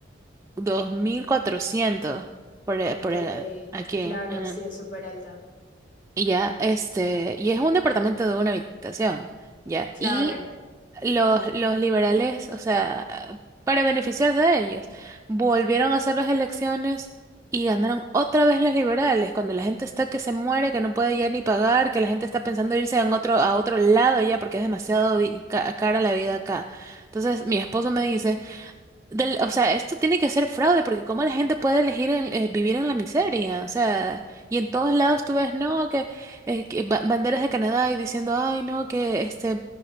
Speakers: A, on the right (about 15°); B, on the left (about 40°).
A: dos mil cuatrocientos por, e-
B: Ok,
A: por e- aquí en-
B: claro,
A: en-
B: sí, es súper alto.
A: y ya, este, y es un departamento de una habitación, ya,
B: Claro,
A: y los, los liberales, o sea, para beneficiarse de ellos, volvieron a hacer las elecciones y ganaron otra vez los liberales, cuando la gente está que se muere, que no puede ya ni pagar, que la gente está pensando irse a otro, a otro lado ya porque es demasiado vi- ca- cara la vida acá. Entonces, mi esposo me dice, del- o sea, esto tiene que ser fraude, porque cómo la gente puede elegir el- eh, vivir en la miseria, o sea, y en todos lados tú ves, no, que, eh, que ba- banderas de Canadá y diciendo, ay, no, que este,